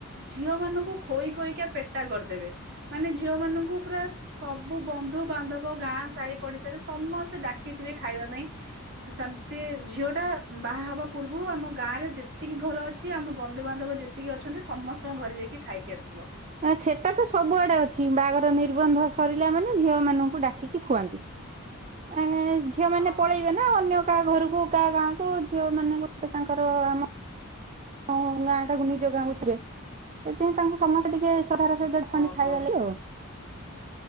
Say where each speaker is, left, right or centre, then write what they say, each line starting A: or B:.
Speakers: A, on the right; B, on the right.
A: ଝିଅ ମାନଙ୍କୁ ଖୋଇ ଖୋଇକି ପେଟା କରିଦେବେ ମାନେ ଝିଅ ମାନଙ୍କୁ ପୁରା ସବୁ ବନ୍ଧୁବାନ୍ଧବ ଗାଁ ସାହି ପଡ଼ିଶାରେ ସମସ୍ତେ ଡ଼ା କି ଥିବେ ଖାଇବା ପାଇଁ ସବସେ ସେ ଝିଅ ଟା ବାହା ହେବା ପୂର୍ବରୁ ଆମ ଗାଁ ରେ ଯେତିକି ଘର ଅ ଅଛି ଆମ ବନ୍ଧୁବାନ୍ଧବ ଯେତିକି ଅଛନ୍ତି ସମସ୍ତଙ୍କ ଘରେ ଯାଇକି ଖାଇକି ଆସିବ।
B: ସେଟା ତ ସବୁଆଡେ ଅଛି ବାହାଘର ନିର୍ବନ୍ଧ ସରିଲା ମାନେ ଝିଅ ମାନଙ୍କୁ ଡାକିକି ଖୁଆନ୍ତି।
A: ହଁ
B: ଝିଅ ମାନେ ପଳେଇବେ ନା ଅନ୍ୟ କାହା ଘରକୁ କାହା ଗାଁ କୁ ଝିଅ ମାନେ ଗୋଟେ ତାଙ୍କର ଆମ ହଁ ଗାଁ ଟାକୁ ନିଜ ଗାଁକୁ ଥିବେ ସେଥିପାଇଁ ତାଙ୍କୁ ସମସ୍ତେ ଟିକେ ଶ୍ରଧାର ସହିତ ଥାନ୍ତି
A: ଓହୋ
B: ଖାଇବା ଲାଗି ଆଉ